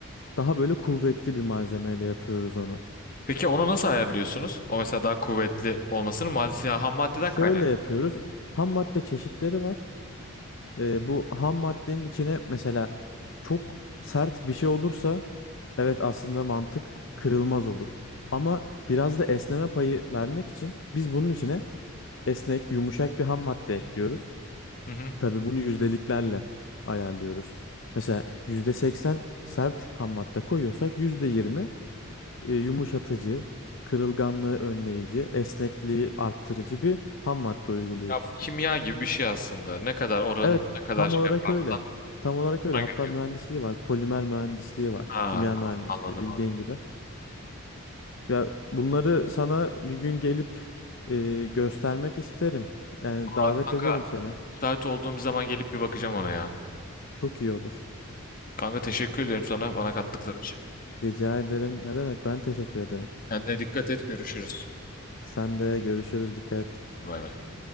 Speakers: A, on the left; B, on the left.
A: Daha böyle kuvvetli bir malzemeyle yapıyoruz onu.
B: Peki onu nasıl ayarlıyorsunuz? O mesela daha kuvvetli olmasının maddesi, yani ham maddeden
A: Şöyle
B: kaynak.
A: yapıyoruz. Ham madde çeşitleri var. Ee, bu ham maddenin içine mesela çok sert bir şey olursa evet aslında mantık kırılmaz olur. Ama biraz da esneme payı vermek için biz bunun içine esnek, yumuşak bir ham madde ekliyoruz.
B: Hı hı.
A: Tabii bunu yüzdeliklerle ayarlıyoruz. Mesela %80 sert ham madde koyuyorsak %20 e, yumuşatıcı, kırılganlığı önleyici, esnekliği arttırıcı bir ham madde uyguluyoruz.
B: Ya bu kimya gibi bir şey aslında. Ne kadar oranın
A: Evet,
B: ne kadar
A: tam
B: şey
A: olarak
B: yaparsan
A: öyle. Tam olarak öyle.
B: ona
A: Hatta
B: göre
A: mühendisliği
B: yapıyor.
A: var. Polimer mühendisliği var.
B: Ha
A: Kimya
B: tamam
A: mühendisliği
B: anladım
A: bildiğin
B: anladım.
A: gibi. Ya bunları sana bir gün gelip e, göstermek isterim. Yani
B: Aa,
A: davet
B: kanka
A: ederim seni.
B: müsait olduğum bir zaman gelip bir bakacağım ona ya.
A: Çok iyi olur.
B: Kanka teşekkür ederim sana bana kattıkları için.
A: Rica ederim. Ne demek? Ben teşekkür ederim.
B: Kendine dikkat et görüşürüz.
A: Sen de görüşürüz. Dikkat et.
B: Bay bay.